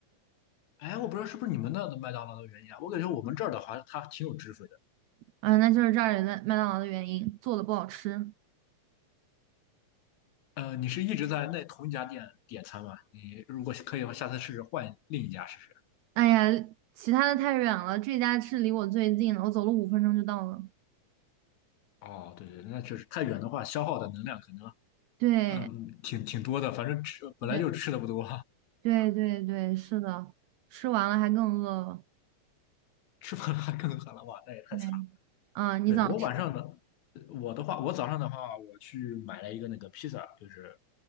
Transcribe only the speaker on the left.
哎，我不知道是不是你们那的麦当劳的原因啊，我感觉我们这儿的话它挺有汁水的。
呃，你是一直在那同一家店点餐吗？你如果可以的话，下次试试换另一家试试。
哦，对对，那确实太远的话，消耗的能量可能
嗯挺挺多的，反正吃本来就吃的不多，
<laughs> 吃不完还更狠了，哇，那也太惨。
对，我晚上的，我的话，我早上的话，我去买了一个那个披萨，就是